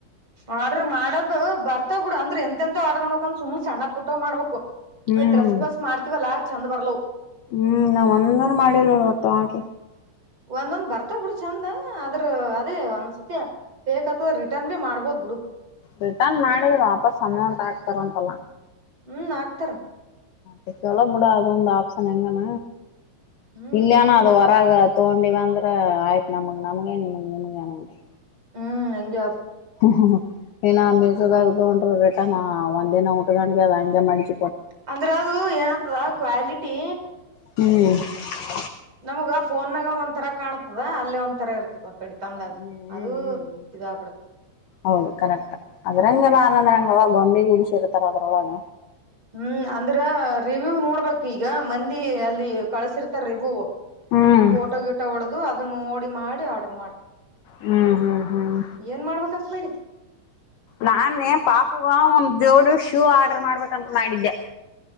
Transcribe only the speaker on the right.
ಆರ್ಡ್ರ ಮಾಡದು ಬರ್ತಾ ಬಿಡ ಅಂದ್ರೆ ಎ ಅಂತ ಆರ್ಡ ನೋಕೊಂಡು ಸುಮ ಸಣ್ಣ ಪುಟ್ಟ್ ಮಾಡ್ಬೇಕು
ಡ್ರೆಸ್ ಪಸ್ ಮಾಡ್ತೀವಲ್ಲಾ ಚಂದ ಬರಲ
ಒಂದೊಂದ್ ಬರ್ತಾ ಬಿಡೂ ಚೆಂದ ಅದ್ರ ಅದೇ ಒಂದೊಂದ್ಸತಿ ಫೇಕ್ ಆತದ ರಿಟರ್ನ್ ಬಿ ಮಾಡ್ಬೋದ್ ಬಿಡು
ಹ್ಮ್ ಹಾಕ್ತಾರ
ಹ್ಮ್
ಚಂದ
ಆದ
ಹ್ಮ್ ಹೆಂಗೆ
ಅಂದ್ರೆ ಅದು ಏನತದ ಕ್ವಾಲಿಟಿ
ನಮಗ ಫೋನ್ಗ ಒಂಥರ ಕಾಣ್ತದ ಅಲ್ಲೇ ಒಂಂತರ ಇರ್ತದ ಕಡಿ ತಂದಾಗ
ಅದು
ಇದಾಗಬಿಡ್ತ
ಹ್ಮ್ ಅಂದ್ರ ರಿವ್ಯೂ ನೋಡ್ಬೇಕು ಈಗ ಮಂದಿ ಅಲ್ಲಿ ಕಳಸಿರ್ತಾರ ರಿವ್ಯೂ
ಫೋಟೋ ಗಿಟೋ ಹೊಡದು ಅದನ್ನ ನೋಡಿ ಮಾಡಿ ಆರ್ಡರ್ ಮಾಡ
ಏನ್ ಮಾಡ್ಬೇಕಂತ ಮಾಡತಿ